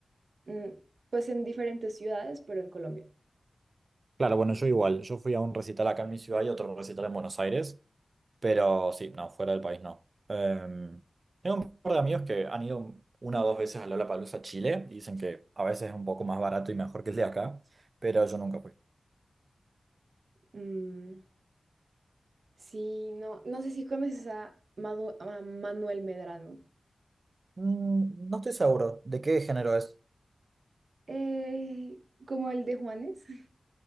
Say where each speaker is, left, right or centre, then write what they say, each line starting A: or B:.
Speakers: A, on the right (about 65°); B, on the right (about 50°).
A: Mm, pues en diferentes ciudades, pero en Colombia.
B: Claro, bueno, yo igual. Yo fui a un recital acá en mi ciudad y otro recital en Buenos Aires. Pero sí, no, fuera del país no. Em, tengo un par de amigos que han ido una o dos veces a Lollapalooza, Chile, y dicen que a veces es un poco más barato y mejor que el de acá, pero yo nunca fui.
A: Mm, Sí, no, no sé si conoces a, Madu- a Manuel Medrano,
B: Mm, no estoy seguro de qué género es.
A: Eh, como el de Juanes. <laughs>